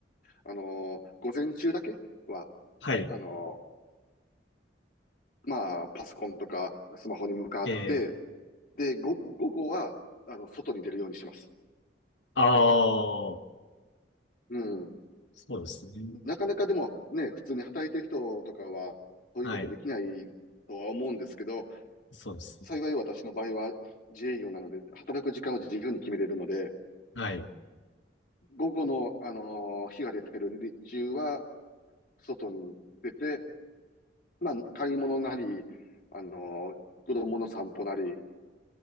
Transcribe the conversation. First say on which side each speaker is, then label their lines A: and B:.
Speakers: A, on the left; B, on the left.
A: あのー午前中だけは、
B: はい。
A: あのーまあ、パソコンとかスマホに向かって、
B: えー、
A: で、ご、午後は、あの、外に出るようにします。
B: ああ、
A: うん。
B: そうですね。
A: なかなかでもね、普通に働いてる人とかは、そういうことできないとは思うんですけど、
B: はい。そうですね。
A: 幸い私の場合は自営業なので、働く時間を自由に決めれるので、
B: はい。
A: 午後の、あのー日が出てる日中は、外に出て、まあ、買い物なり、あのー子供の散歩なりっ